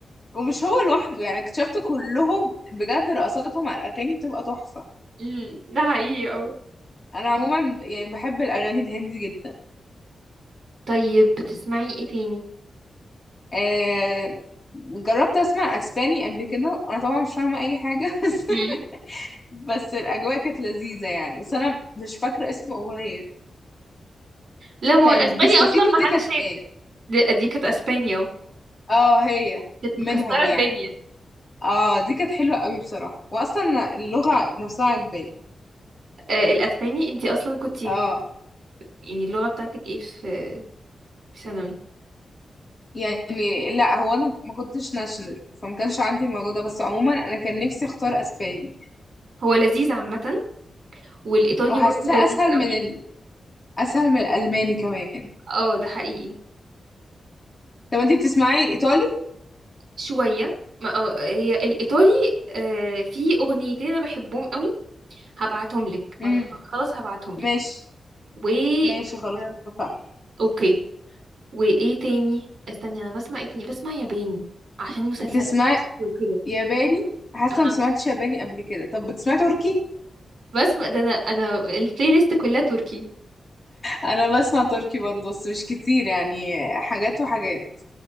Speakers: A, on the left; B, on the right.
A: ومش هو لوحده يعني اكتشفت كلهم بجد رقصاتهم على الاغاني بتبقى تحفه
B: مم، ده حقيقي اه
A: انا عموما ب- يعني بحب الاغاني الهندي جدا
B: طيب بتسمعي ايه تاني
A: آه جربت اسمع اسباني قبل كده انا طبعا مش فاهمه اي حاجه <laughs> بس
B: مم.
A: بس الاجواء كانت لذيذه يعني بس انا مش فاكره اسم اغنيه
B: لا ما
A: كان
B: هو الاسباني
A: ديسباسيتو
B: اصلا ما
A: دي
B: حدش
A: كانت
B: شاف
A: ايه
B: دي, دي كانت اسبانيا اهو
A: اه هي
B: كانت
A: منهم
B: مكسره
A: يعني
B: الدنيا
A: اه دي كانت حلوه قوي بصراحه واصلا اللغه نفسها عجباني
B: آه، الاسباني انتي اصلا كنت
A: اه
B: يعني اللغه بتاعتك ايه في في ثانوي
A: يعني لا هو انا ما كنتش ناشونال فما كانش عندي الموضوع ده بس عموما انا كان نفسي اختار اسباني
B: هو لذيذ عامه والايطالي
A: وحاساه
B: برضه لذيذ
A: اسهل
B: قوي
A: من ال... اسهل من الالماني كمان
B: اه ده حقيقي
A: طب انتي بتسمعي ايطالي
B: شويه ما آه، هي الايطالي آه، في اغنيتين انا بحبهم قوي هبعتهم لك بعد
A: امم
B: خلاص هبعتهم لك
A: ماشي
B: و
A: ماشي خلاص
B: تمام.
A: اتفقنا
B: اوكي وايه تاني استني انا بسمع ايه تاني بسمع ياباني عشان مسلسلات
A: بتسمعي
B: <laughs> الأكل وكده
A: ياباني حاسه
B: اها
A: ما سمعتش ياباني قبل كده طب بتسمعي تركي
B: بسمع ده انا انا البلاي ليست كلها تركي
A: انا بسمع تركي برضه بس مش كتير يعني حاجات وحاجات